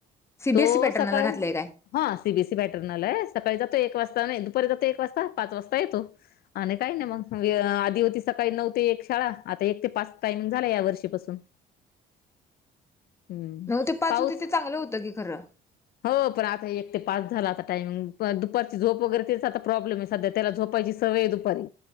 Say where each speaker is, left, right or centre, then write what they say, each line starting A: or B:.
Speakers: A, on the left; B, on the left.
A: सीबीएसई
B: तो
A: पॅटर्नला
B: सकाळ
A: घातलंय काय
B: हा सीबीसी बॅटर्नल आहे सकाळी ज तो एक वाजता एक वाजता पाच वाजता येतो आणि काही नाही मग आधी होती सकाळी नऊ ते एक शाळा आता एक ते पाच टाइमिंग झाला या वर्षीपासून हम्म
A: नऊ ते पाच
B: पाऊस
A: होती ते चांगलं होतं की खरं
B: हो प आता एक ते पाच झाला आता टाइम दुपारची झोप वगैरे तेता प्रॉब्लेम आहे सध्या त्याला झोपायची सवय दपारी